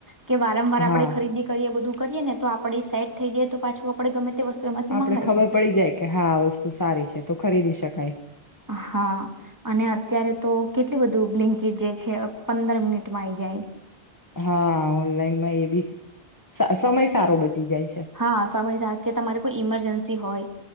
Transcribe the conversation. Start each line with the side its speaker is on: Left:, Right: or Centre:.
Right: કે વારંવાર
Left: હા
Right: આપડે ખરીદી કરીએ બધું કરીએ ને તો આપડે સેટ થઈ જઈએ તો પાછું આપડે ગમે તે વસ્તુ એમાંથી
Left: આપણે
Right: મંગાવી
Left: ખબર
Right: શકીએ
Left: પડી જાય કે હા આ વસ્તુ સારી છે તો ખરીદી શકાય.
Right: હા અને અત્યારે તો કેટલું બધું બ્લિંકિટ જે છે પંદર મિનિટમાં આઈ જાય.
Left: હા ઓનલાઈનમાં એ બી સા સમય સારો બચી જાય છે
Right: હા સમય કે તમારે કોઈ ઇમરજન્સી હોય.